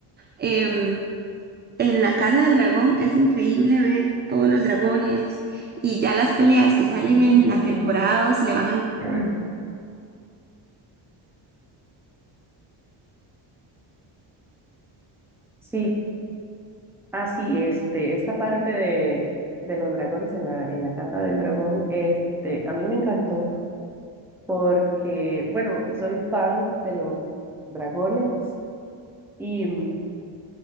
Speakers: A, on the right; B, in the centre.
A: em, En la Casa del Dragón es increíble ver todos los dragones y ya las peleas que salen
B: Ujú,
A: en la
B: ujú.
A: temporada 2 le van a...
B: <clears throat> Sí, así, este, esta parte de, de los dragones en la, en la casa del dragón, este, a mí me encantó porque, bueno, soy fan de los dragones. y mm,